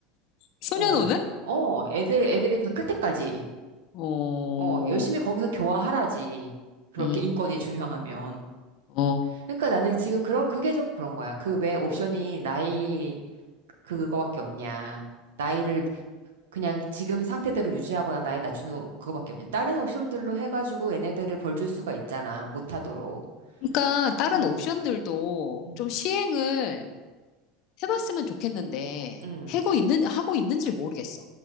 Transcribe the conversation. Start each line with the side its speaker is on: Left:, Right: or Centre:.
Left: 소년원은?
Right: 어, 어, 애들, 애들이 다 클 때까지.
Left: 어,
Right: 어, 열심히 거기서 교화하라지. 그렇게
Left: 음,
Right: 인권이 중요하면.
Left: 어.
Right: 그러니까 나는 지금 그런, 그게 좀 그런 거야. 그 왜 옵션이 나이, 그거밖에 없냐. 나이를 그냥 지금 상태대로 유지하거나 나이 낮추는 그거밖에 없냐. 다른 옵션들로 해가지고 얘네들을 벌줄 수가 있잖아. 못하도록.
Left: 그러니까 다른
Right: 음.
Left: 옵션들도
Right: 음.
Left: 좀 시행을 해봤으면 좋겠는데
Right: 음.
Left: 하고 있는 하고 있는지 모르겠어.